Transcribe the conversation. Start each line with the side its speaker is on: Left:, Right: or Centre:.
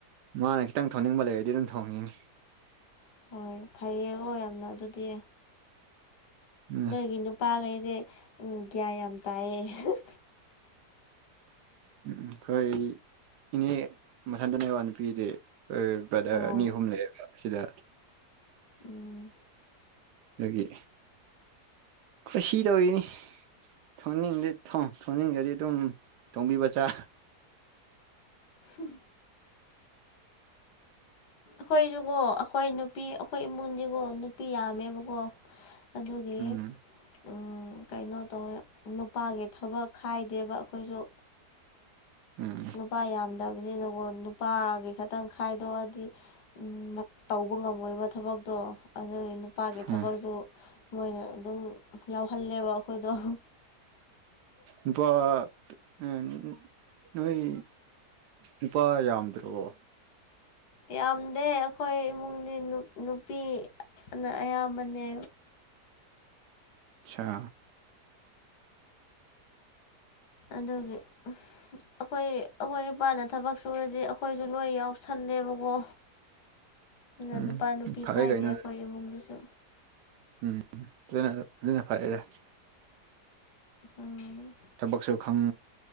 Right: ꯃꯥꯅ ꯈꯤꯇꯪ ꯊꯣꯡꯅꯤꯡꯕ ꯂꯩꯔꯗꯤ ꯑꯗꯨꯝ ꯊꯣꯡꯉꯤꯅꯤ
Left: ꯍꯣꯏ ꯐꯩꯌꯦꯀꯣ ꯌꯥꯝꯅ ꯑꯗꯨꯗꯤ
Right: ꯎꯝ
Left: ꯅꯣꯏꯒꯤ ꯅꯨꯄꯥꯒꯩꯖꯦ ꯎꯝ ꯒ꯭ꯌꯥꯟ ꯌꯥꯝ ꯇꯥꯏꯌꯦ ꯍꯨꯝ ꯍꯨꯝ ꯍꯨꯝ
Right: ꯎꯝꯎꯝ ꯈꯣꯏ ꯏꯅꯦ ꯃꯊꯟꯗꯅꯦꯋꯥ ꯅꯨꯄꯤꯗꯤ ꯈꯣꯏ ꯕꯖꯥꯔ
Left: ꯑꯣ
Right: ꯑꯅꯤ ꯑꯍꯨꯝ ꯂꯩꯌꯦꯕ ꯑꯁꯤꯗ
Left: ꯎꯝ
Right: ꯗꯒꯤ ꯈꯨꯁꯤ ꯇꯧꯔꯤꯅꯤ ꯊꯣꯡꯅꯤꯡꯂ ꯊꯣꯡ ꯊꯣꯅꯤꯡꯗꯔꯗꯤ ꯗꯨꯝ ꯊꯣꯡꯕꯤꯕ ꯆꯥꯥ
Left: ꯍꯨꯝꯍꯨꯝ ꯑꯈꯣꯏꯖꯨꯀꯣ ꯑꯈꯣꯏ ꯅꯨꯄꯤ ꯑꯈꯣꯏ ꯏꯃꯨꯡꯖꯤꯀꯣ ꯅꯨꯄꯤ ꯌꯥꯝꯃꯦꯕꯀꯣ ꯑꯗꯨꯒꯤ
Right: ꯎꯝ
Left: ꯎꯝ ꯀꯩꯅꯣ ꯇꯧꯋꯦ ꯅꯨꯄꯥꯒꯤ ꯊꯕꯛ ꯈꯥꯏꯗꯦꯕ ꯑꯈꯣꯏꯖꯨ
Right: ꯎꯝ
Left: ꯅꯨꯄꯥ ꯌꯥꯝ ꯗꯕꯅꯤꯅꯀꯣ ꯅꯨꯄꯥꯒꯤ ꯈꯇꯪ ꯈꯥꯏꯗꯣꯛꯑꯗꯤ ꯎꯝ ꯃꯠ ꯇꯧꯕ ꯉꯝꯃꯣꯏꯕ ꯊꯕꯛ ꯗꯣ ꯑꯗꯨꯒꯤ ꯅꯨꯞ ꯄꯥꯒꯤ ꯊꯕꯛꯁꯨ
Right: ꯎꯝ
Left: ꯃꯣꯏꯅ ꯑꯗꯨꯝ ꯌꯥꯎꯍꯜꯂꯦꯕ ꯑꯈꯣꯏꯗꯣ ꯑꯍꯥ
Right: ꯏꯄꯥꯣ ꯎ <inaudible> ꯅꯣꯏ ꯅꯨꯄꯥ ꯌꯥꯝꯗ꯭ꯔꯕꯣ
Left: ꯌꯥꯝꯗꯦ ꯑꯈꯣꯏ ꯏꯃꯨꯡꯗꯤ ꯅꯨꯞ ꯅꯨꯄꯤ ꯑ ꯅ ꯑꯌꯥꯝꯕꯅꯦ
Right: ꯑꯥ
Left: ꯑꯗꯨꯒꯤ ꯑꯩꯈꯣꯏ ꯑꯩꯈꯣꯏ ꯏꯄꯥꯅ ꯊꯕꯛ ꯁꯨꯔꯗꯤ ꯑꯩꯈꯣꯏꯁꯨ ꯂꯣꯏ ꯌꯥꯎꯁꯜꯂꯦꯕꯀꯣ ꯑꯗꯨꯅ
Right: ꯎꯝ
Left: ꯅꯨꯄꯥ ꯅꯨꯄꯤ
Right: ꯐꯔꯦ
Left: ꯈꯥꯏꯗꯦ
Right: ꯀꯩꯅꯣ
Left: ꯑꯩꯈꯣꯏ ꯏꯃꯨꯡꯗꯁꯨ
Right: ꯎꯝ ꯑꯗꯨꯅ ꯑꯗꯨꯅ ꯐꯔꯦꯗ
Left: ꯎꯝ
Right: ꯊꯕꯛꯁꯨ ꯈꯪ